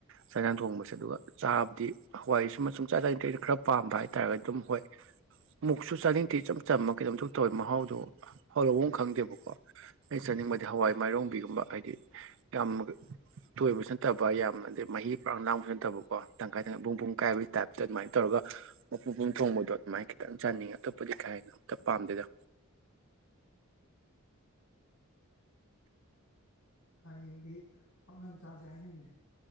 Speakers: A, on the right (about 60°); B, on the left (about 80°).
A: ꯆꯥꯛꯏꯟꯖꯥꯡ ꯊꯣꯡꯕꯁꯦ ꯑꯗꯨꯒ ꯆꯥꯕꯗꯤ ꯍꯋꯥꯏ ꯑꯁꯨꯝꯕ ꯁꯨꯡꯆ ꯆꯥꯅꯤꯡꯗꯦ ꯈꯔ ꯄꯥꯝꯕ ꯍꯥꯏꯇꯥꯥꯔꯒꯗꯤ ꯑꯗꯨꯝ ꯍꯣꯏ ꯃꯨꯛꯁꯨ ꯆꯥꯅꯤꯡꯗꯦ ꯏꯆꯝ ꯆꯝꯝꯕ ꯀꯩꯅꯣꯝ ꯢꯇꯧ ꯇꯧꯋꯤ ꯃꯍꯥꯎꯗꯣ ꯍꯥꯎꯕꯝ ꯈꯪꯗꯦꯕꯀꯣ ꯑꯩꯅ ꯆꯥꯅꯤꯡꯕꯗꯤ ꯍꯋꯥꯏ ꯃꯥꯏꯔꯣꯡꯕꯤꯒꯨꯝꯕ ꯍꯥꯏꯗꯤ ꯌꯥꯝ ꯇꯣꯏꯕꯁꯨ ꯅꯠꯇꯕ ꯌꯥꯝꯅ ꯍꯥꯏꯗꯤ ꯃꯍꯤ ꯄꯥꯡ ꯂꯥꯡꯕꯁꯨ ꯅꯠꯇꯕꯀꯣ ꯇꯪꯈꯥꯏ ꯇꯪꯈꯥꯏ ꯄꯨꯡ ꯄꯨꯡ ꯀꯥꯏꯕꯒꯤ ꯇꯥꯏꯞꯇ ꯑꯗꯨꯃꯥꯏꯅ ꯇꯧꯔꯒ ꯃꯄꯨ ꯄꯨꯝ ꯊꯣꯡꯕꯗꯣ ꯈꯤꯇꯪ ꯆꯥꯅꯤꯡꯉꯤ ꯑꯇꯣꯞꯄꯗꯤ ꯀꯥ ꯍꯦꯟꯅ ꯑꯝꯇ ꯄꯥꯝꯗꯦꯗ
B: ꯍꯌꯦꯡꯗꯤ ꯄꯥꯛꯅꯝꯆꯥꯁꯦ ꯍꯥꯏꯅꯩꯅꯦ